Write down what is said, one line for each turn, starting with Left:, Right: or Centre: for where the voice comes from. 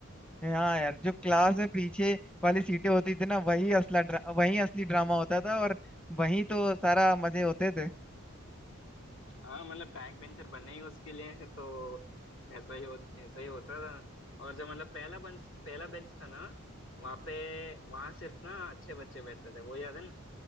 Centre: हाँ यार जो क्लास में पीछे वाली सीटें होती थी ना वही असला ड्रा, वही असली ड्रामा होता था और वही तो सारा मजे होते थे
Left: हाँ मतलब बैक बेंचर बने ही उसके लिए तो ऐसा ही हो ऐसा ही होता था और जो मतलब पहला बेंच पहला बेंच था ना वहाँ पे वहाँ सिर्फ ना अच्छे बच्चे बैठते थे वो याद है ना